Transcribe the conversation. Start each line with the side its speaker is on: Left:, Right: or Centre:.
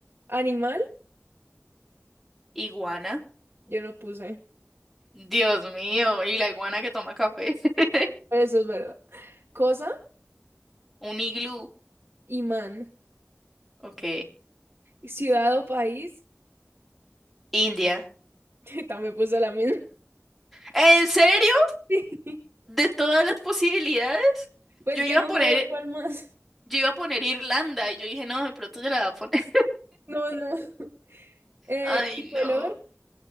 Right: Animal,
Centre: Iguana.
Right: yo no puse.
Centre: Dios mío. Y la iguana que toma café. <laughs>
Right: Eso es verdad. Cosa,
Centre: Un iglú.
Right: imán.
Centre: Ok.
Right: Ciudad o país,
Centre: India.
Right: <laughs> también puse la misma. <laughs>
Centre: ¿En serio?
Right: Sí.
Centre: De todas las posibilidades,
Right: Pues
Centre: yo iba
Right: que no
Centre: a poner,
Right: sabía cuál más.
Centre: yo iba a poner Irlanda y yo dije, no, de pronto yo la voy a poner.
Right: No, no. <laughs> Eh,
Centre: Ay,
Right: y color,
Centre: no.